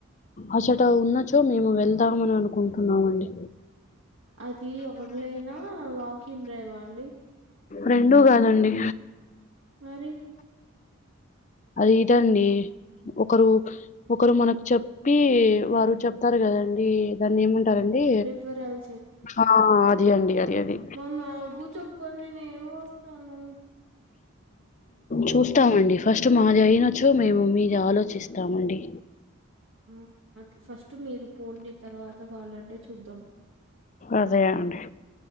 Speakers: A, on the left (about 35°); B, on the right (about 60°).
A: అసట ఉన్నచో మేము వెళ్దామని అనుకుంటున్నాము అండి
B: అది ఆన్లైనా వాకి ఇన్డ్రైవా అండి
A: రెండూ కాదండి
B: మరి
A: అది ఇదండి ఒకరు ఒకరు మనకీ చెప్పి వారు చెప్తారు కదండి దాన్ని ఏమంట్ సరండీ
B: రిఫరల్
A: ఆ అది అండి అది అది
B: మా నాకు చెప్పండి నేను వస్తాను
A: చూస్తామండి ఫస్ట్ మాది అయినొచ్చు మేము మీది ఆలోచిస్తామండి.
B: ఉమ్ ఫస్ట్ మీరు పోండి తర్వాత వాలంటే చూద్దాం.
A: అదే అండి